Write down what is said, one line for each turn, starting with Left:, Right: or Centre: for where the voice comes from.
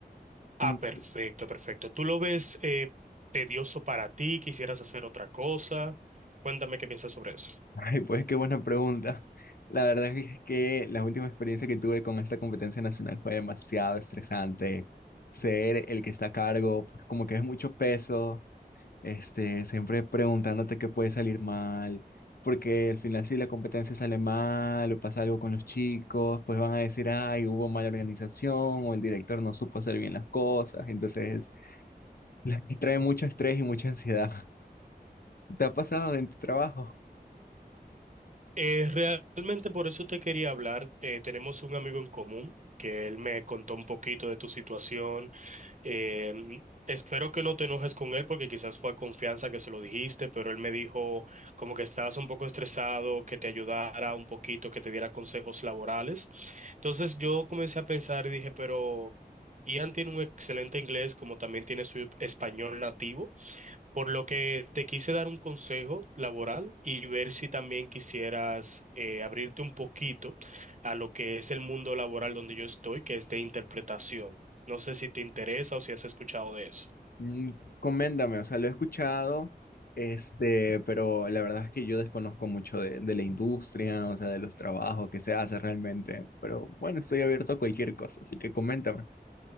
Right: Ah,
Left: Aun-
Right: perfecto, perfecto. ¿Tú lo ves eh, tedioso para ti? ¿Quisieras hacer otra cosa? Cuéntame qué piensas sobre eso.
Left: Ay, pues qué buena pregunta. La verdad es que la última experiencia que tuve con esta competencia nacional fue demasiado estresante. Ser el que está a cargo, pues como que es mucho peso, este, siempre preguntándote qué puede salir mal, porque al final si la competencia sale mal o pasa algo con los chicos, pues van a decir, ay, hubo mala organización o el director no supo hacer bien las cosas. Entonces, <laughs> trae mucho estrés y mucha ansiedad. ¿Te ha pasado en tu trabajo?
Right: Eh, realmente por eso te quería hablar. Eh, tenemos un amigo en común que él me contó un poquito de tu situación. Em, espero que no te enojes con él porque quizás fue a confianza que se lo dijiste, pero él me dijo como que estabas un poco estresado, que te ayudara un poquito, que te diera consejos laborales. Entonces yo comencé a pensar y dije, pero Ian tiene un excelente inglés como también tiene su español nativo. Por lo que te quise dar un consejo laboral y ver si también quisieras eh, abrirte un poquito a lo que es el mundo laboral donde yo estoy, que es de interpretación. No sé si te interesa o si has escuchado de eso.
Left: Mm, Coméntame, o sea, lo he escuchado, este, pero la verdad es que yo desconozco mucho de, de la industria, o sea, de los trabajos que se hace realmente, pero bueno, estoy abierto a cualquier cosa, así que coméntame.